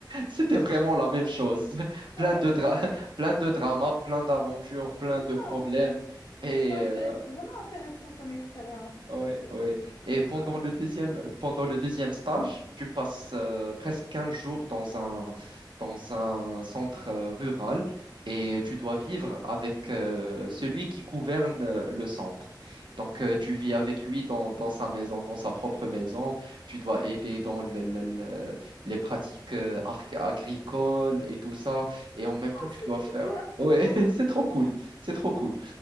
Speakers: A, on the right (about 85°); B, on the left (about 65°).
A: c'était vraiment la même chose. Plein
B: Ouais,
A: de dra-
B: ouais.
A: <laughs> plein de dramas, plein d'aventures, plein
B: Waouh.
A: de problèmes. Et
B: Ça a
A: euh,
B: dû être vraiment intéressant comme expérience.
A: Ouais, ouais. Et pendant
B: Waouh.
A: le deuxième, euh, pendant le deuxième stage,
B: Waouh,
A: tu passes euh, presque 15 jours dans un, dans un centre euh, rural et tu dois vivre avec euh, celui qui gouverne euh, le centre. Donc, euh, tu vis avec lui dans, dans sa maison, dans sa propre maison. Tu dois aider dans le- le- le- les pratiques euh, arc- agricoles et tout ça. Et en même temps, tu
B: c'est
A: dois faire...
B: trop bien tout
A: Ouais,
B: ça.
A: <laughs> c'est trop cool. C'est trop cool.